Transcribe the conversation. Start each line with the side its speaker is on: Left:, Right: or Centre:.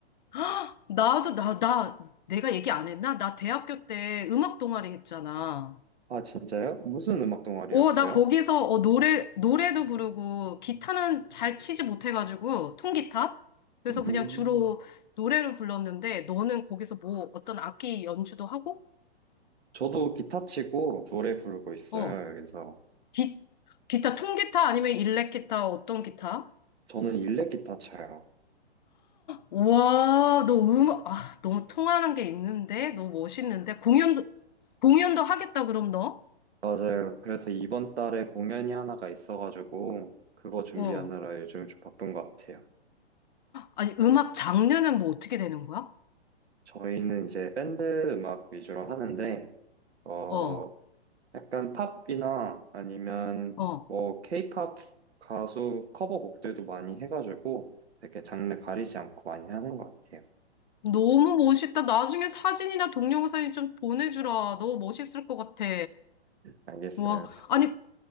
Left: 아, 나도, 나, 나, 내가 얘기 안 했나? 나 대학교 때 음악 동아리 했잖아.
Right: 아, 진짜요? 무슨 음악 동아리였어요?
Left: 오, 나 거기서 어, 노래, 노래도 부르고, 기타는 잘 치지 못해가지고, 통기타? 그래서
Right: 음,
Left: 그냥 주로 노래를 불렀는데, 너는 거기서 뭐, 어떤 악기 연주도 하고?
Right: 저도 기타 치고 노래 부르고 있어요,
Left: 어,
Right: 그래서
Left: 기, 기타, 통기타 아니면 일렉기타, 어떤 기타?
Right: 저는 일렉 기타 쳐요.
Left: 와, 너 음악, 아, 너무 통하는 게 있는데? 너무 멋있는데? 공연도, 공연도 하겠다, 그럼 너?
Right: 맞아요. 그래서 이번 달에 공연이 하나가 있어가지고, 그거 준비하느라
Left: 어.
Right: 요즘 좀 바쁜 것 같아요.
Left: 아니, 음악 장르는 뭐 어떻게 되는 거야?
Right: 저희는 이제 밴드 음악 위주로 하는데, 어,
Left: 어,
Right: 약간 팝이나 아니면
Left: 어.
Right: 뭐 케이팝 가수 커버곡들도 많이 해가지고, 되게 장르 가리지 않고 많이 하는 것 같아요.
Left: 너무 멋있다. 나중에 사진이나 동영상이 좀 보내주라. 너무 멋있을 것 같아.
Right: 알겠어요.
Left: 와, 아니,